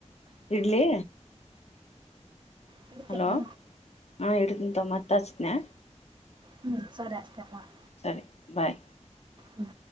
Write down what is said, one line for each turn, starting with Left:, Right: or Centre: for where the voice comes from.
Left: ಇಡ್ಲಿ
Right: ಬಿಡತ್ತೇನ
Left: ಹಲೋ ಹಾ ಇಡತೇನ್ ತೊ ಮತ್ತ ಹಚ್ಚತೇನ
Right: ಹ್ಞ ಸರಿ ಅಷ್ಟೇ ಮಾಡು
Left: ಸರಿ ಬಾಯ್
Right: ಹ್ಮ